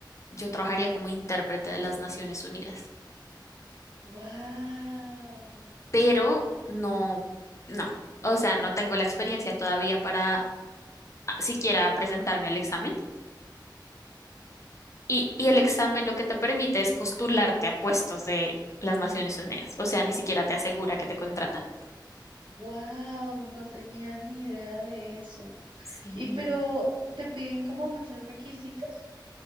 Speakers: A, on the left; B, on the right.
A: yo trabajaría como intérprete de las Naciones Unidas,
B: ¡Wow!
A: pero no, no, o sea, no tengo la experiencia todavía para ah, siquiera presentarme al examen. Y,
B: Y
A: y el examen lo que te permite es postularte a puestos de las Naciones Unidas, o sea, ni siquiera te asegura que te contratan.
B: Wow, no tenía ni idea de eso.
A: Sí.
B: Y pero te piden como muchos requisitos.